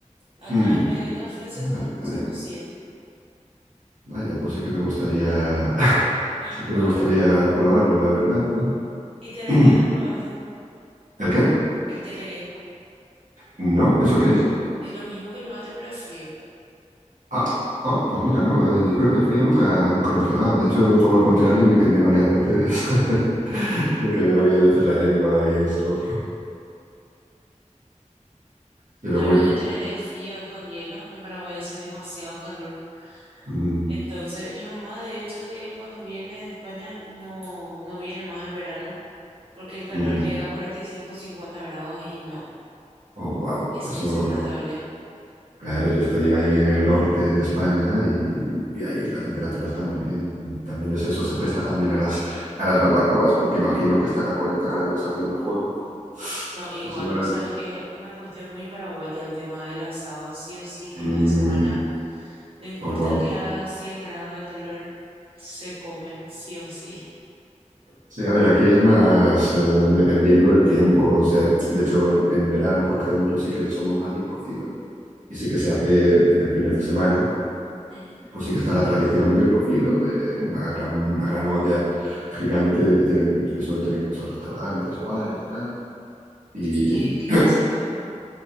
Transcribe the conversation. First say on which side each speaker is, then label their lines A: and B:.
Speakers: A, on the right; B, on the right.
A: Acá
B: Hmm,
A: en vez de café
B: vale,
A: se toma
B: vale.
A: mucho cocido.
B: Vaya, pues sí que me gustaría, <laughs>
A: <laughs>
B: sí que
A: Probar.
B: me gustaría probarlo, la verdad, ¿no?
A: ¿Y tereré
B: <clears throat>
A: no probaste?
B: ¿El qué?
A: El tereré
B: ¿No? ¿Eso qué es?
A: es lo mismo que el mate, pero es frío.
B: Ah, oh, pues mira, no, eh, yo creo que frío nunca, nunca lo he probado. De hecho, todo lo contrario, me quemé varias veces, <laughs> me quemé varias veces la lengua y eso. Pero
A: La
B: bueno,
A: verdad que el tereré es frío, es con hielo. En Paraguay hace demasiado calor.
B: mm,
A: Entonces, mi mamá, de hecho, que cuando viene de España no, no viene más en verano, porque el calor
B: mm,
A: llega a 45 50 grados y no,
B: oh, wow,
A: es
B: eso,
A: insoportable.
B: Claro, yo estoy ahí en el norte de España y, y ahí la temperatura está muy bien. Y También es eso, se presta también a las, a las barbacoas, porque imagino que estar a 40 grados haciendo fuego.
A: No, igual,
B: Pues igual.
A: vos sabes que es una cuestión muy paraguaya el tema del asado, sí o sí, fines
B: mm,
A: de semana. No importa
B: oh, guau.
A: que haga 100 grados de calor, se come, sí o sí.
B: Sí, a ver, aquí es más eh, dependiendo del tiempo. O sea, de hecho, en, en verano, por ejemplo, sí que somos más del cocido y sí que se hace en fines de semana.
A: Ujú.
B: pues sí que está la tradición del cocido, de una gran, una gran olla gigante que, tienen, que suelen tener muchos restaurantes, hogares y tal. Y
A: ¿Y qué, qué consiste?